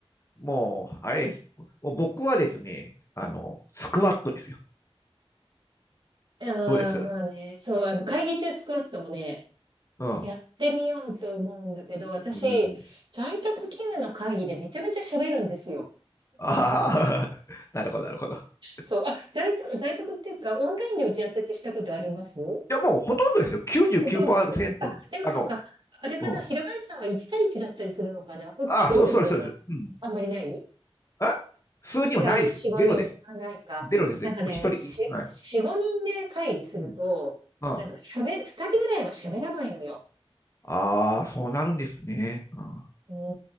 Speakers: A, on the left (about 30°); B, on the right (about 55°).
A: ん。もう、あれです。もう僕はですね、あの、スクワットですよ。
B: ああ、
A: どうです
B: まあね、そう、あの、会議中スクワットもね、
A: うん。
B: やってみようと思うんだけど、私、
A: うん。
B: 在宅勤務の会議でめちゃめちゃ喋るんですよ。
A: ああ、<laughs> なるほど、なるほど。い
B: そう、あ、在宅、在宅っていうか、オンラインで打ち合わせってしたことあります
A: や、もうほとんどですよ。99%。
B: ほとんどです。あ、でもそっか、
A: あの、
B: あれかな、
A: うん。
B: 平林さんは1対1だったりするのかな複数人では
A: ああ、そう、そうです、そうです。うん。
B: あんまりない
A: あ数人はないです。
B: 複あの、4、
A: ゼロです。
B: 5人、はないか。
A: ゼロです。
B: なんかね、
A: もう一人。
B: し
A: はい。
B: 4、5人で会議すると、
A: うん。うん。
B: なんか喋、2人ぐらいは喋らないのよ。
A: ああー、そうなるんですね。あ
B: う